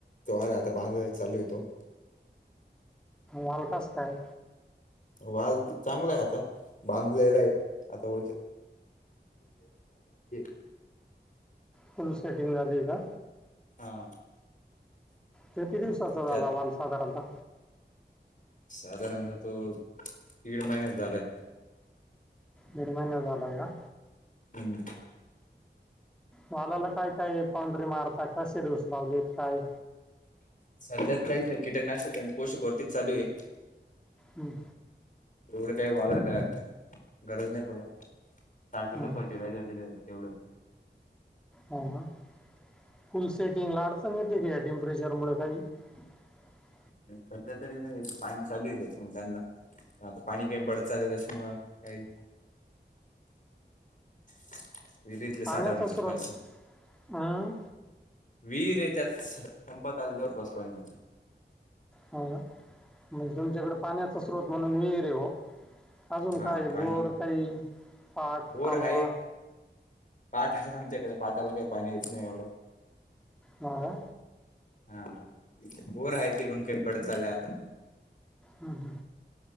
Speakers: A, on the left; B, in the centre.
A: तो <unintelligible> आता बांधाय चालू हाय तो.
B: वाल कस काय
A: वाल चांगला आहे. आता बांधलेला आहे आता <unintelligible> <unintelligible>
B: फुल सेटिंग झाली का?
A: हा
B: किती दिवसाचा झाला
A: त्यात
B: वाल साधारणता.
A: साधारणतः तो दीड महिन्याचा झालायं.
B: दीड महिना झालाय का?
A: हम्म
B: वालाला काय काय पाउंड्री मारताय. कसे डोस लावलेत काय?
A: सध्यात काहीच नाही, कीटकनाशक आणि पोषक वरतीच चालू आहे.
B: हं,
A: एवढं काही वालाला गरज नाही पडत. स्टार्टिंग
B: हं,
A: ला फर्टिलायझर दिलं तेवढंच,
B: हा फुल सेटिंग ला अडचण येते का या टेम्परेचर मु काही, <inaudible>
A: सध्या तरी इथे पाणी चालू आहे मग त्यांना आता पाणी गेम पडत चालल त्याच्यामुळ काही <inaudible> विरीतले
B: पाण्याचा
A: साठवण्याचे
B: स्रोत
A: पाणी सगळं
B: हं?
A: विहिरे आहे त्यात संपतारीच्यावळ बस पाहिन.
B: हो, ग म्हणजे तुमच्याकडे पाण्याचा स्रोत म्हणून विहीर आहे. अजून
A: हा
B: काय
A: पाणी
B: बोर काही पाठ
A: बोर
B: कालवा.
A: आहे पाठ आहे <inaudible> आमच्याकडे पाटाला काही पाणी येत नाही एवढं.
B: मुलगा.
A: हा बोर आहेत ते पण कमी पडत चाललय आता.
B: हा-हा